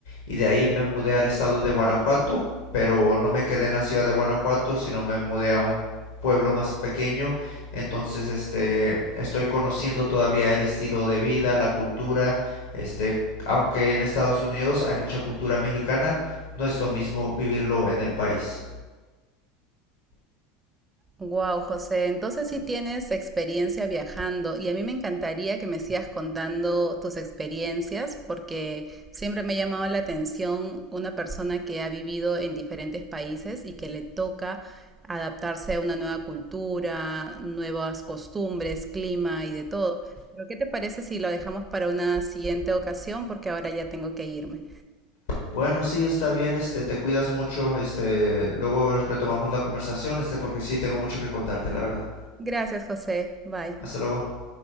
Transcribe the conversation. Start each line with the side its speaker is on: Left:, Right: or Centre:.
Left: y de ahí me mudé al estado de Guanajuato pero no me quedé en la ciudad de Guanajuato, sino me mudé a un pueblo más pequeño, entonces este estoy conociendo todavía el estilo de vida, la cultura, este aunque en Estados Unidos hay mucha cultura mexicana, no es lo mismo vivirlo en el país.
Right: Wow, José, entonces sí tienes experiencia viajando y a mí me encantaría que me sigas contando tus experiencias porque siempre me ha llamado la atención una persona que ha vivido en diferentes países y que le toca adaptarse a una nueva cultura, nuevas costumbres, clima y de todo. Pero ¿qué te parece si lo dejamos para una siguiente ocasión? Porque ahora ya tengo que irme.
Left: Bueno, sí, está bien, este, te cuidas mucho, este, luego retomamos la conversación, este, porque sí tengo mucho que contarte, la verdad.
Right: Gracias, José. Bye.
Left: Hasta luego.